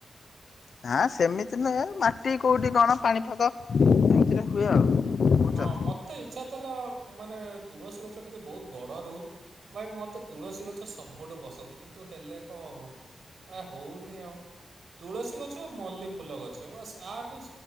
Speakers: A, on the left; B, on the right.
A: ନାଁ ସେମିତି ନୁହେଁ, ମାଟି କୋଉଠି କଣ ପାଣିପାଗ ସେମିତିରେ ହୁଏ ଆଉ। ବୁଝୁଛ
B: ହଁ
A: ନା।
B: ମୋତେ ଇଚ୍ଛା ଥିଲା ମାନେ, ତୁଳସୀ ଗଛ ଟିକେ ବହୁତ ବଡ଼ ରହୁ। ଭାଇ ମ ତେ ତୁଳସୀ ଗଛ ସବୁଠୁ ପସନ୍ଦ, କିନ୍ତୁ ହେଲେ କଣ ହବ ଆ ହଉନି ଆଉ। ତୁଳସୀ ଗଛ ଆଉ ମଲ୍ଲିୀ ଫୁଲ ଗଛ ବାସ ଆଠୁ